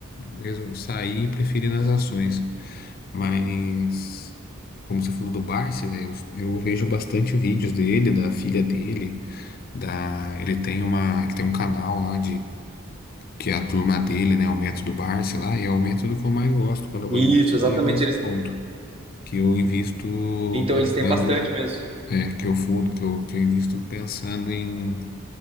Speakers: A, on the left (about 45°); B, on the right (about 25°).
A: resol- saí e preferi nas ações. Mas como você falou do Barsi, né? Eu, eu vejo bastante vídeos dele, da filha dele, da ele tem uma, ele tem um canal lá que é a turma dele, né? O método Barsi lá, e é o método que eu mais gosto quando eu vou
B: Isso,
A: investir
B: exatamente.
A: é nesse
B: Eles,
A: ponto. Que eu invisto
B: então
A: pensando
B: eles têm bastante
A: em.
B: mesmo.
A: é, que eu fundo, que eu, que eu invisto pensando em,